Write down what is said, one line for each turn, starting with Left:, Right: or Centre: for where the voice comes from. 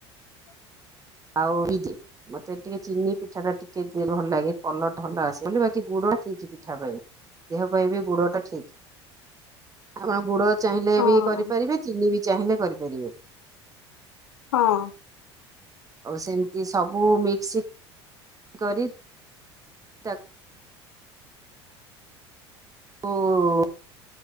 Left: ହ
Right: ଆଉ ମତେ ଟିକେ ଚିନି ପିଠାଟା ଟିକେ ଭଲ୍ ଲାଗେ କଲର୍ ଟା ଭଲ ଆସେ ବୋଲି, ବା କି ଗୁଡ ଠିକ୍ ପିଠା ପାଇଁ, ଦେହ ପାଇଁ ବି ଗୁଡଟା ଠିକ୍ ଆପଣ ଗୁଡ ଚାହିଁଲେ
Left: ହଁ
Right: ବି କରିପାରିବେ, ଚିନି ବି ଚାହିଁଲେ କରିପାରିବେ।
Left: ହଁ।
Right: ଆଉ ସେମ୍ତି ସବୁ ମିକ୍ସ କରି ତାକୁ <unintelligible>